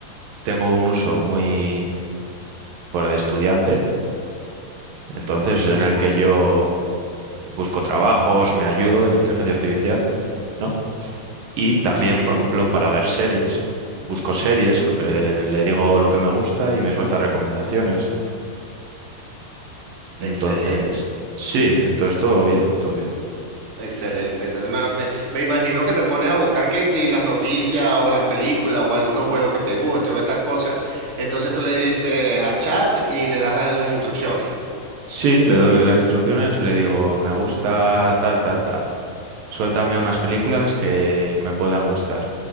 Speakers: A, on the right; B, on the right.
A: tengo un uso muy por de estudiante, entonces
B: Buenísimo.
A: en el que yo busco trabajos, me ayudo de la inteligencia artificial, ¿no? Y también,
B: Sí,
A: por ejemplo, para ver series, busco series, eh, le digo lo que me gusta y me suelta recomendaciones. Entonces,
B: excelente.
A: sí, entonces todo bien, todo bien.
B: Excelente, excelente. Me, me- me imagino que te pones a buscar que si las noticias o las películas o algunos juegos que te gusten o estas cosas, entonces tú le dices al chat y le das las las instrucciones.
A: Sí, le doy las instrucciones, le digo, me gusta tal, tal, tal. Suéltame unas películas que me puedan gustar.